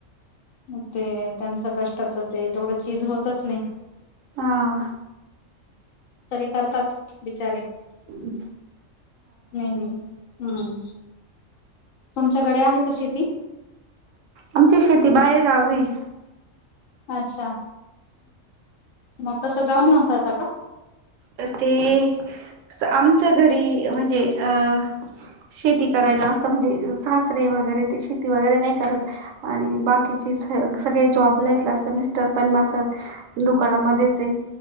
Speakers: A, on the left; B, on the right.
A: मग ते त्यांचं कष्टाचं ते तेवढं चीज होतच नाही.
B: हां.
A: तरी करतात बिचारे.
B: हं.
A: हम्. हम्. तुमच्याकडे आहे का शेती?
B: आमची शेती बाहेर गावी य.
A: अच्छा. मग कसं जाऊन येेऊन करता का?
B: त ते आमच्या घरी म्हणजे अ- शेती करायला असं म्हणजे सासरे वगैरे ते शेती वगैरे नाही करत. आणि बाकीची स सगळे जॉबला येत मिस्टर पण म अस - दुकानामध्येच आहे.